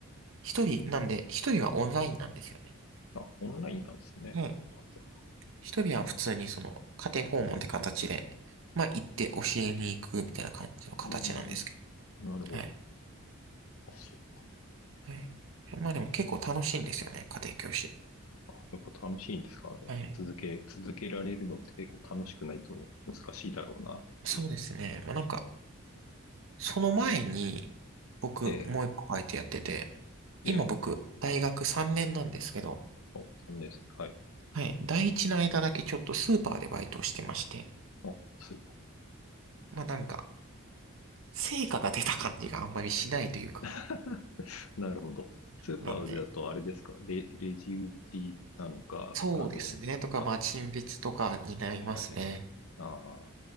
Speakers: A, on the right (about 65°); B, on the left (about 80°).
A: 一人、なんで、一人はオンラインなんですよね。
B: あ、オンラインなんですね。
A: もう、
B: あ、そ
A: 一人は普通にその、家庭訪問って形で、まあ行って教えに行くみたいな感じの形なんですけ
B: う。うーん。なるほど。
A: ど。はい。
B: あそう
A: はい。まあでも結構楽しいんですよね、家庭教師。
B: かやっぱ楽しいんですかあれ。
A: はい。
B: 続け、続けられるのって結構楽しくないと難しいだろうな。
A: そうですね。
B: うん
A: まあなんか、その前に、僕、
B: ええ、
A: もう一個バイトやってて、
B: ええ。
A: 今僕、大学3年なんですけど、
B: あ、3年生。はい。
A: はい。第一の間だけちょっとスーパーでバイトをしてまして、
B: あ、スー
A: まあなんか、成果が出た感じがあんまりしないというか、
B: パー。<laughs> なるほど。スーパーだとあれですかレ、
A: なんで、
B: レジ打ちなのか、
A: そうですね。
B: あの、
A: とか、
B: あ、
A: まあ、陳列とかになりますね。
B: はいはいはい。ああ、